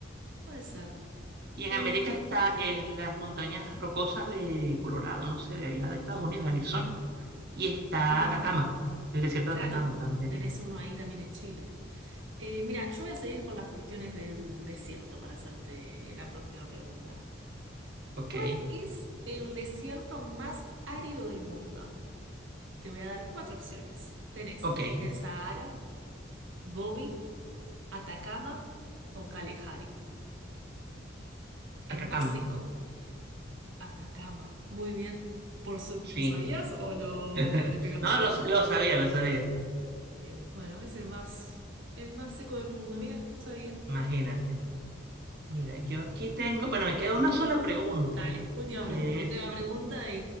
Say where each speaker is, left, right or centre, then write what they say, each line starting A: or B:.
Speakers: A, on the right; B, on the right.
A: Puede ser.
B: Y en
A: Eh,
B: América está en las montañas rocosas de Colorado, no sé, de allá de Estados Unidos, de Arizona. Y está
A: em,
B: Atacama, el desierto
A: Claro,
B: de Atacama también.
A: tenés uno ahí también en Chile. Eh, mira, yo voy a seguir con las cuestiones del desierto para hacerte la próxima pregunta.
B: Ok,
A: ¿Cuál es el desierto más árido del mundo? Te voy a dar cuatro opciones. Tenés
B: ok,
A: el Sahara, Gobi, Atacama o Kalahari. El
B: Atacama,
A: más seco, Atacama. Muy bien. Por su-
B: sí.
A: ¿Sabías o lo
B: <laughs>
A: le pegaste?
B: No, lo, lo sabía, lo sabía.
A: Eh, bueno, es el más, el más seco del mundo. Mira, no sabía.
B: Imagínate. Mira, yo aquí tengo, bueno, me queda una sola pregunta,
A: Dale, última
B: que
A: pregunta, última
B: es,
A: pregunta y,